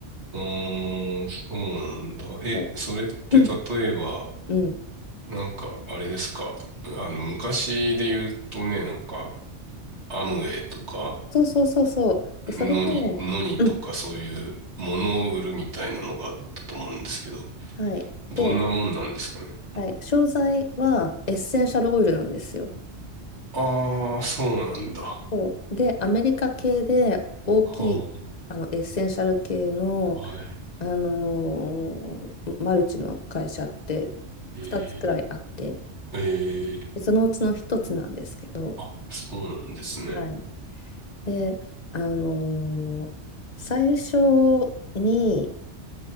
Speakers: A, on the right (about 60°); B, on the left (about 40°).
A: うーん、そうなんだ。え、
B: そ
A: それって例えば、
B: う、うんうん、
A: なんか、あれですか。あの、昔で言うとね、なんか、アムウェイとか、
B: そうそうそうそう。で、それで、
A: ノニ、ノニとかそういうものを売るみたいなのがあったと思うんですけど、
B: うん、はい。
A: どんなもんなんですかね。
B: で、はい、商材はエッセンシャルオイルなんですよ。
A: ああ、そうなんだ。
B: そうで、アメリカ系で大きいあのエッセンシャル系の、
A: はあ、はい。
B: あのーマルチの会社って2つくらいあって、
A: えー、え
B: でそのうちの1つなんですけど、
A: ー、あ、そうなんですね。
B: はい。で、あのー最初に、